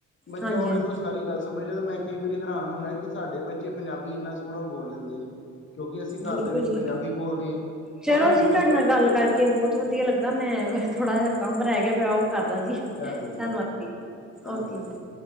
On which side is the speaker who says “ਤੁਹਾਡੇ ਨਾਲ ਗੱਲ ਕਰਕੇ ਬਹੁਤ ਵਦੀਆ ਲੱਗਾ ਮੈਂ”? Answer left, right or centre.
Centre